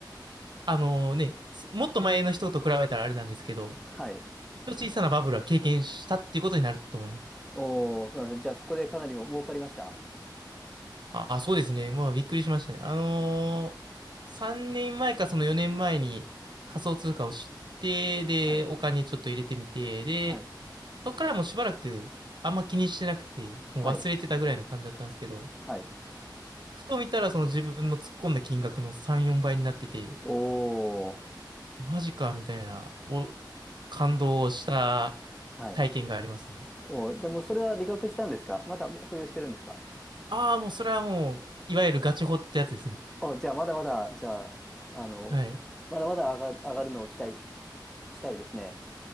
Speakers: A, on the right (about 70°); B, in the centre.
A: あのね、そもっと前の人と比べたらあれなんですけど、
B: はい。
A: 一応小さなバブルは経験したっていうことになると思います。
B: おお、そうなんですね。じゃあそこでかなりも儲かりました
A: あ、あそうですね。まあ、びっくりしましたね。あのー、3年前かその4年前に仮想通貨を知って、
B: はい。
A: で、お金ちょっと入れてみて、で、
B: はい。
A: そこからもうしばらくあんま気にしてなくて、もう忘れてたぐらいの感じだったんですけど、
B: はい。はい。
A: ふと見たらその自分の突っ込んだ金額の3、4倍になってて、
B: おお、
A: マジかみたいな、お、感動した
B: はい。
A: 体験がありますね。
B: お、じゃあもうそれは理学したんですかまだもう保有してるんですか
A: ああ、もうそれはもう、いわゆるガチホってやつですね。
B: お、じゃあまだまだ、じゃあ、あの、
A: はい。
B: まだまだ上が、上がるのを期待し、したいですね。